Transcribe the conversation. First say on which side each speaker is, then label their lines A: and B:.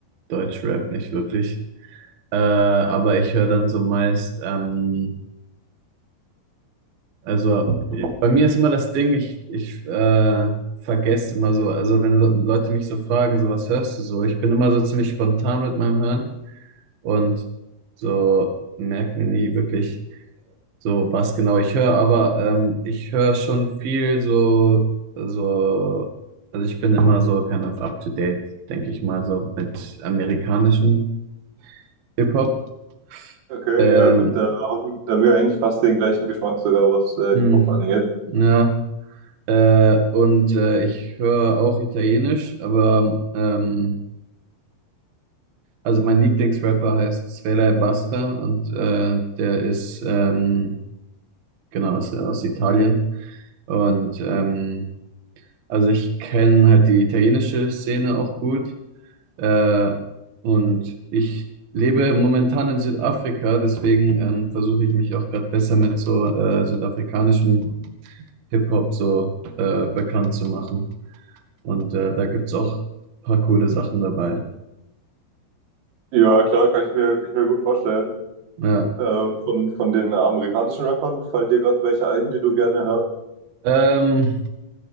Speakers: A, on the right (about 55°); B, on the right (about 85°).
A: Deutschrap nicht wirklich. Äh, aber ich höre dann so meist, ähm, also äh, bei mir ist immer das Ding, ich, ich äh, vergesse immer so, also wenn Le- Leute mich so fragen, so was hörst du so? Ich bin immer so ziemlich spontan mit meinem Hören und so merke mir nie wirklich. So, was genau ich höre, aber ähm, ich höre schon viel so, so, also ich bin immer so kind of up to date, denke ich mal, so mit amerikanischem Hip-Hop.
B: Okay,
A: Ähm,
B: ja gut, da haben, da haben wir eigentlich fast den gleichen Geschmack sogar, was äh,
A: mh,
B: Hip-Hop angeht.
A: ja, äh, und äh, ich höre auch Italienisch, aber ähm, also mein Lieblingsrapper heißt Sfera Ebbasta und äh, der ist, ähm, genau, ist aus Italien. Und ähm, Also ich kenne halt die italienische Szene auch gut. Äh, und ich lebe momentan in Südafrika, deswegen ähm, versuche ich mich auch gerade besser mit so äh, südafrikanischem Hip-Hop so äh, bekannt zu machen. Und äh, da gibt's auch ein paar coole Sachen dabei.
B: Ja, klar, kann ich mir, kann ich mir gut vorstellen.
A: Ja.
B: Äh, und von, von den amerikanischen Rappern fallen dir gerade welche ein, die du gerne hörst?
A: Ähm,